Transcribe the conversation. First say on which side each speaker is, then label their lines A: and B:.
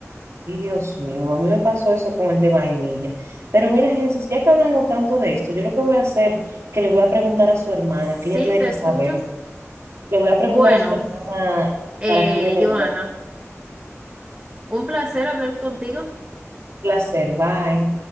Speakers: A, on the right (about 65°); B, on the right (about 30°).
A: y Dios mío, a mí me pasó eso con el de vainilla. Pero mira, Génesis, ya que hablamos tanto de esto, yo lo que voy a hacer, que le voy a preguntar a su hermana,
B: Sí,
A: que ella tiene
B: te
A: que
B: escucho.
A: saber. Le voy a preguntar
B: Bueno.
A: a su hermana
B: Eh,
A: para que ella me
B: Joana,
A: diga.
B: un placer hablar contigo.
A: Un placer, bye.